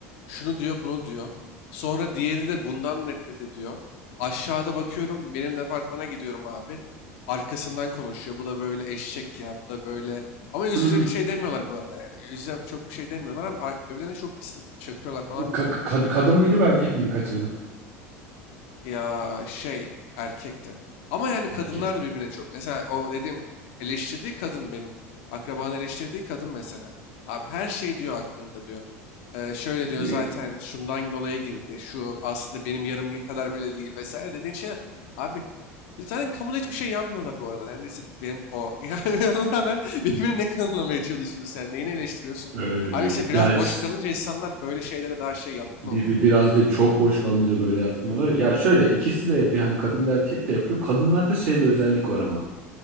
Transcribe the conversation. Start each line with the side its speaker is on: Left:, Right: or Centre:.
Left: Şunu diyor, bunu diyor. Sonra diğeri de bundan nefret ediyor. Aşağıda bakıyorum benim departmana gidiyorum abi. Arkasından konuşuyor. Bu da böyle eşek ya, bu da böyle. Ama yüz
Right: <laughs>
Left: yüze bir şey demiyorlar bu arada yani. Yüz yüze çok bir şey demiyorlar ama ar- birbirlerine çok bir s- çakıyorlar
Right: Bu
Left: falan
Right: ka-
Left: böyle.
Right: ka- kadın mıydı bu erkek miydi kaçırdın?
Left: Ya, şey, erkekti. Ama yani kadınlar
Right: Erkek.
Left: da birbirine çok. Mesela o dediğim eleştirdiği kadın benim. Akrabanın eleştirdiği kadın mesela. Abi her şey diyor hakkında diyor. Ee, şöyle diyor
Right: <laughs>
Left: zaten şundan dolayı girdi. Şu aslında benim yarımki kadar bile değil vesaire dediğin şeyler. Abi biz zaten kamuda hiçbir şey yanmıyorlar bu arada. Neredeyse benim o. <laughs> Yani ona rağmen birbirini ne kanılamaya çalışıyorsun yani neyini eleştiriyorsun?
Right: Öyle
Left: Abi
Right: öyle.
Left: işte biraz
Right: Ya iş-
Left: boş kalınca insanlar böyle şeylere daha şey yatkın
Right: bir,
Left: oluyor.
Right: bir biraz değil çok boş kalınca böyle yatmıyorlar. Ya şöyle ikisi de yapıyor. Hani kadın da erkek de yapıyor. Kadınlarda şey bir özellik var ama.